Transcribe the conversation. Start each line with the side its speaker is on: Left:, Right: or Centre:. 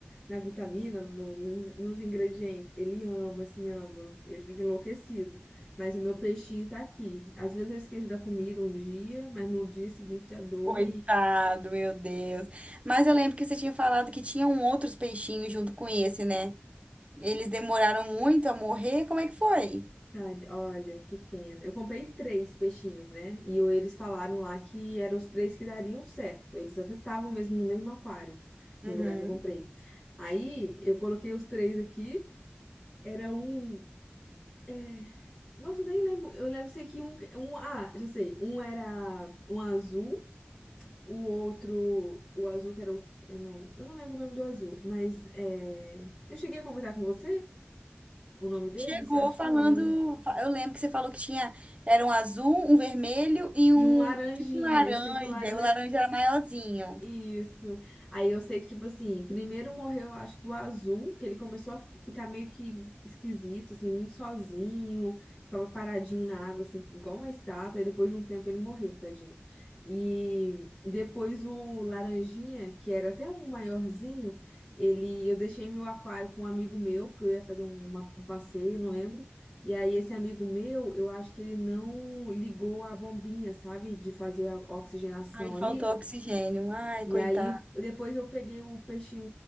Left: na vitamina, no- nos, nos ingredientes. Ele ama, assim, ama. Ele fica enlouquecido. Mas o meu peixinho tá aqui. Às vezes eu esqueço da comida um dia, mas no dia seguinte já dou
Right: Coitado, meu Deus. Mas eu lembro que você tinha falado que tinham outros peixinhos junto com esse, né? Eles demoraram muito a morrer. Como é que foi?
Left: Tade, Olha, que pena. Eu comprei três peixinhos, né? E o- eles falaram lá que eram os três que dariam certo. Eles até estavam mesmo no mesmo aquário,
Right: Uhum.
Left: no lugar que eu comprei. Aí eu coloquei os três aqui. Era um. é, Nossa, nem lembro. Eu lembro sei que um, um. Ah, já sei. Um era um azul, o outro. O azul que era o. é, Não, eu não lembro o nome do azul, mas é... eu cheguei a comentar com você o nome deles?
Right: Chegou
Left: Eu Acho
Right: falando,
Left: que não, né?
Right: fa- eu lembro que você falou que tinha, era um azul, um vermelho e
Left: E
Right: um
Left: um laranjinha.
Right: tipo um laranja.
Left: Eu sei que o laranja
Right: e O laranja era maiorzinho.
Left: Isso. Aí eu sei que, tipo assim, primeiro morreu, acho que o azul, que ele começou a fi- ficar meio que esquisito, assim, muito sozinho, ficava paradinho na água, assim, igual uma estátua, e depois de um tempo ele morreu, tadinho. E depois o laranjinha, que era até um maiorzinho, ele, eu deixei meu aquário com um amigo meu, porque eu ia fazer um, uma- um passeio, não lembro. E aí esse amigo meu, eu acho que ele não ligou a bombinha, sabe, de fazer a oxigenação
Right: Aí faltou
Left: ali.
Right: oxigênio. Ai,
Left: E
Right: coitado.
Left: aí, depois eu peguei o peixinho,